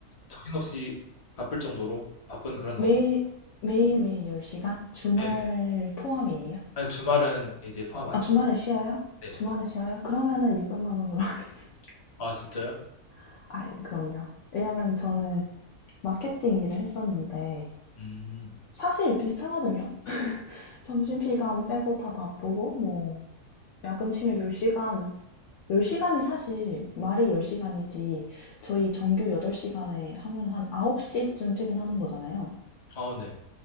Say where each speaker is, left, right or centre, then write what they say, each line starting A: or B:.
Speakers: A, on the left; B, on the left.
A: 정신없이 바쁠 정도로 바쁜
B: <laughs>
A: 그런 환경.
B: 매일, 매일매일 10시간? 주말
A: 네.
B: 포함이에요?
A: 아니, 주말은 이제 포함 아니에요.
B: 아, 주말은 쉬어요?
A: 네.
B: 주말은 쉬어요? 그러면은 600만 원으로 하겠어요.
A: 아, 진짜요?
B: <laughs> 아, 그럼요. 왜냐면 저는 마케팅 일을 했었는데,
A: 음.
B: 사실 비슷하거든요? 점심 시간 빼고 다 바쁘고 뭐 야근 치면 10시간 10시간이 사실 말이 10시간이지 저희 정규 8시간에 하면 한 9시쯤 퇴근하는 거잖아요.
A: 아, 네.